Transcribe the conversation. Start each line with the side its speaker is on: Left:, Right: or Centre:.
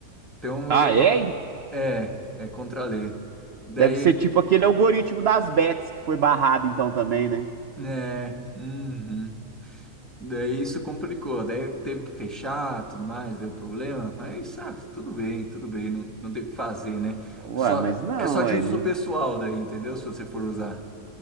Centre: Então
Right: Ah,
Centre: ele acabou.
Right: é?
Centre: É, é contra a lei. Daí.
Right: Deve ser tipo aquele algoritmo das bets que foi barrado então também, né?
Centre: É, uhum. Daí isso complicou, daí teve que fechar, tudo mais, deu problema, mas ah, tudo bem, tudo bem, não, não tem o que fazer, né?
Right: Ué,
Centre: É Só,
Right: mas não,
Centre: é só de
Right: ué,
Centre: uso
Right: não-
Centre: pessoal daí, entendeu? Se você for usar.